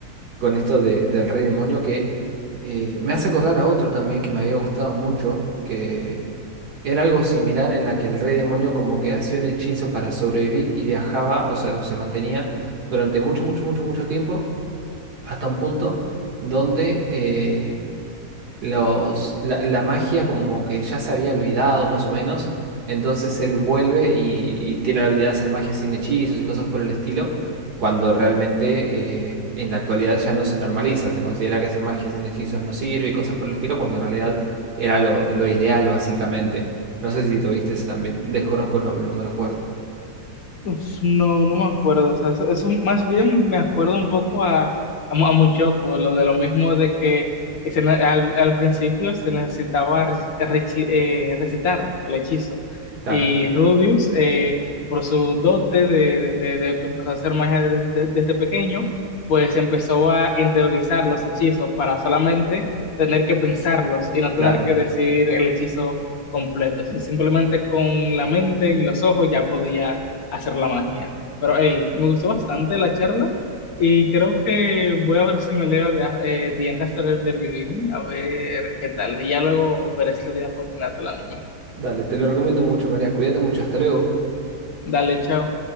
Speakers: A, on the right; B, on the left.
A: con esto de- del rey demonio que eh, me hace acordar a otro también que me había gustado mucho, que era algo similar en la que el rey demonio como que hacía un hechizo para sobrevivir y viajaba, o sea, o se mantenía durante mucho, mucho, mucho, mucho tiempo hasta un punto donde eh, los, la, la magia como que ya se había olvidado más o menos, entonces él vuelve y, y tiene la habilidad de hacer magia sin hechizos y cosas por el estilo, cuando realmente eh, en la actualidad ya no se normaliza, se considera que hacer magia sin hechizos no sirve y cosas por el estilo, cuando en realidad era lo, lo ideal básicamente. No sé si lo viste ese también, desconozco el nombre, no me lo acuerdo.
B: Uf, no, no me acuerdo. O sea, eso, eso más bien me acuerdo un poco a, a, Mo- a Muchoco, lo de lo mismo de que se ne- al, al principio se necesitaba recitar, recitar el hechizo.
A: Claro,
B: Y Rubius, eh, por su dote de, de- de- de que empezó a hacer magia desde, desde desde pequeño, pues empezó a interiorizar los hechizos para solamente tener que pensarlos y no tener
A: claro.
B: que decir el hechizo completo. O sea, simplemente con la mente y los ojos ya podía hacer la magia. Pero hey, me gustó bastante la charla y creo que voy a ver si me leo The, eh, The End After the Beginning, a ver qué tal. Y ya luego veré si le di una oportunidad al anime.
A: Dale, te lo recomiendo mucho, María. Cuídate mucho, hasta luego.
B: Dale, chao.